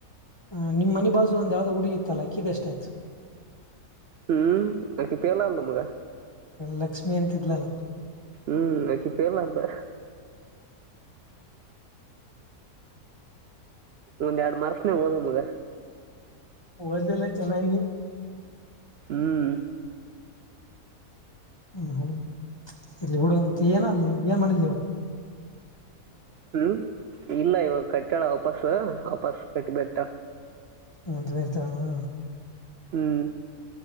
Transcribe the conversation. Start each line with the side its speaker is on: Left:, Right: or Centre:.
Left: ಹ ನಿಮ್ಮ್ ಮನೆ ಬಾಜು ಒಂದ್ ಯಾವ್ದೋ ಹುಡುಗಿತ್ತಲ್ಲ ಕೀಿದೆ ಎಷ್ಟ ಆಯ್ತು
Right: ಹ್ಮ್ ಆಕಿ ಪಿಯಲ್ಲ ಆಲ್ಲ ಮಗ
Left: ಲಕ್ಷ್ಮಿ ಅಂತಿದ್ಲಲ್ಲ
Right: ಹ್ಮ್ ಆಕಿ ಫೀಲತ್ಲು ಒಂದ್ ಎರಡು ಮರ್ಷನ ಹೋದ ಮಗ
Left: ಉಗದಲ್ಲ ಚೆನ್ನಾಗಿ
Right: ಹ್ಮ್
Left: ಹ್ಮ ಹ್ಮ್ ಇಲ್ಲಿ ಹುಡುಗಂತ ಏನ ಅಲಿ ಏನ್ ಮಾಡಿದ್ಲಿ ಅವರು
Right: ಹ್ಮ ಇಲ್ಲ ಇವಾಗ ಕಟ್ಟಳ ವಾಪಸ್ ವಾಪಸ್ ಕಟ್ಟಿಬಟ್ಟಳ
Left: ಹಂತ ಬೇರ್ ತರ <unintelligible>
Right: ಹ್ಮ್